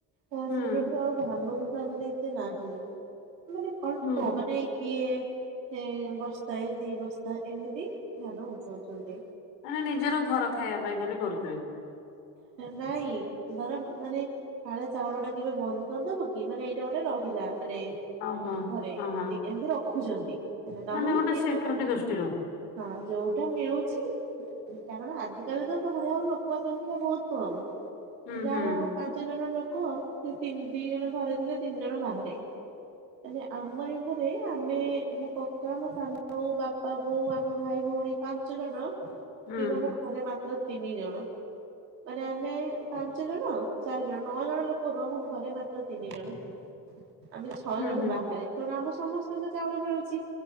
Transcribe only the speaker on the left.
ହୁଁ
ହୁଁ
ମାନେ ନିଜର ଘର ଖାଇବା ପାଇଁ ଖାଲି କରୁଥିବେ।
ଓହୋ
ଓହୋ
ମାନେ ଗୋଟେ
ସିକ୍ୟୁରିଟି
ଦୃଷ୍ଟିରୁ
ହୁଁ
ହୁଁ
ହୁଁ
ହୁଁ
ହୁଁ